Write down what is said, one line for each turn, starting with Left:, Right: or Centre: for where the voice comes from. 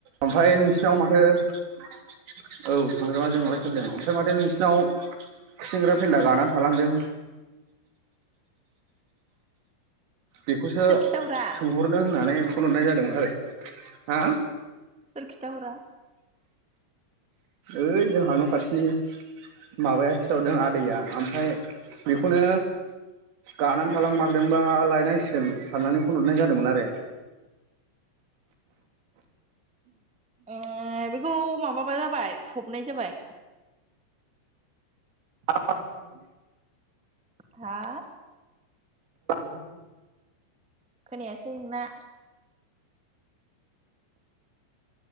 Right: ओमफाय नोंसिनाव माथो औ सांग्रामा जोंलायथारदों ओमफ्राय माथो नोंसिनाव खुसेंग्रा फेन्दा गानानै थालांदों? बेखौसो
Centre: सोर खिथाहरा
Right: सोंहरनो होननानै फनहरनाय जादोंमोन आरो। हा?
Centre: सोरखिथा हरा?
Right: ओइ जोंहा न' खाथिनि माबाया खिथाहरदों आदैया ओमफ्राय बेखौनो गानानै थालां मारदोंबा लायनांसिगोन साननानै फनहरनाय जादोंमोन आरो।
Centre: <unintelligible> बेखौ माबाबा जाबाय फबनाय जाबाय।
Right: <unintelligible>
Centre: हा?
Right: <unintelligible>
Centre: खोनायासै नोंना।